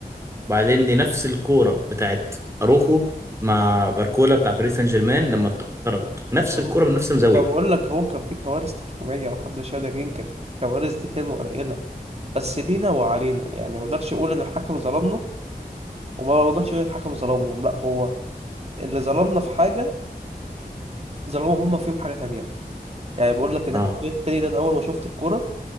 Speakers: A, on the right (about 15°); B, on the right (about 40°).
A: وبعدين دي نفس الكوره بتاعت اروخو مع باركولا بتاع باريس سان جيرمان لما اتطرد نفس
B: طب-
A: الكوره من نفس الزاويه
B: ما بقول لك هو كان في كوارث تحكيمية محدش يقدر ينكر كوارث دي كلمة قليلة بس لينا وعلينا يعني ما اقدرش اقول ان الحكم ظلمنا وما اقدرش اقول الحكم ظلمهم لا هو اللي ظلمنا في حاجة ظلموا هم فيهم حاجة تانية يعني بقول لك ان
A: اه
B: احنا الجول التاني ده انا اول ما شفت الكرة